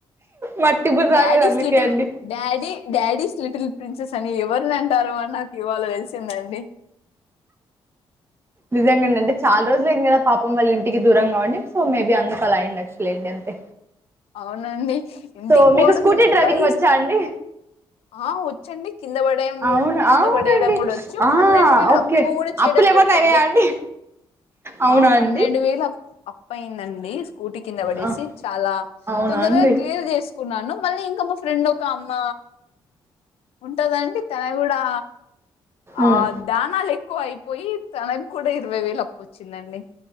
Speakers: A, on the right (about 25°); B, on the left (about 80°).
A: మట్టి బుర్ర
B: డాడీస్
A: రాలేదు అందుకే
B: లిటిల్
A: అండి
B: డాడీ డాడీస్ లిటిల్ ప్రిన్సెస్ అని ఎవరు నా దారు నాీ బంది <inaudible> అండి
A: నిజంగా అండి అంటే చాలా రోజులు ఏం కదా పాపం వాళ్ళ ఇంటికి దూరంగుండి సో మేబీ అందుకు అలా అయిండావచులెండి అంతే
B: అవునండి ఇంటికి
A: సో
B: పోవడం
A: మీకు స్కూటీ డ్రైవింగ్
B: ఇలా
A: వచ్చా
B: ఇష్టం
A: అండి
B: ఆ వచ్చండి కింద పడే ఉం
A: అవును
B: కింద
A: అవునండి
B: పడేయడం కూడా వచ్చు,
A: ఆ
B: పన్నెండు వేల
A: ఓకే
B: అప్పు కూడా చేయడం
A: అప్పులు ఏమన్నా
B: వచ్చండి,
A: అయినాయా అండి అవునా
B: ఆ పన్నెండు
A: అండి
B: వేల పై అండి స్కూటీ కింద పడేసి
A: ఆ
B: చాలా
A: అవునా
B: తొందర
A: అండి
B: క్లియర్ చేస్ కున్నాను మళ్ళీ ఇంకా మా ఫ్రెండ్ ఒక అమ్మ ఉంటందండి తన కూడా ఆ
A: ఉమ్
B: దానాలు ఎక్కువ అయిపోయి తనకు కూడా ఇరవై వేలు అప్పు వచ్చిందండి